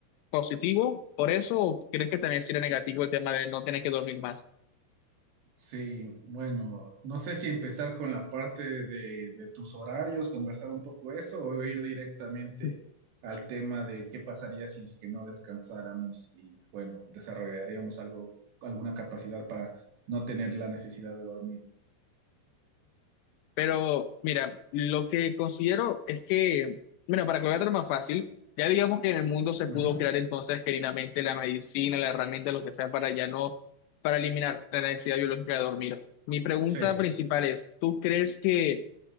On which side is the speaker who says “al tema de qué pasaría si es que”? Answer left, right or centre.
Right